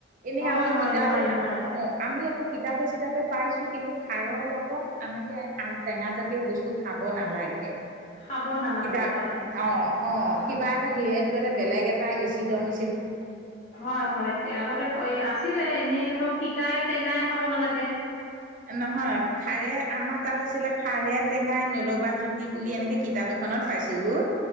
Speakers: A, on the right; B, on the left.
A: এনেই
B: হয়
A: আমি
B: হয়
A: কিতাপ
B: নোৱাৰি
A: <unintelligible>
B: নোৱাৰি
A: আমি একো কিতাপে চিতাপে পাইছো কিন্তু খাৰৰ লগত আনেকে আ-টেঙা জাতীয় বস্তু খাব নালাগে।
B: খাব নালাগে
A: কিতা
B: হয়
A: অ', অ', কিবা এটা সি এইটো এটা বেলেগ এ টা এচিডৰ নি
B: হয়, হয়। এতিয়া আগতে ক এ আছিলে এনেই ধৰক তিতাই, টেঙাই খাব নালাগে।
A: নহয় খাৰে, আমাৰ তাত আছিলে খাৰে টেঙাই ন'লবা জুতি বুলি এনেকে কিতাপ এখনত পাইছিলোঁ।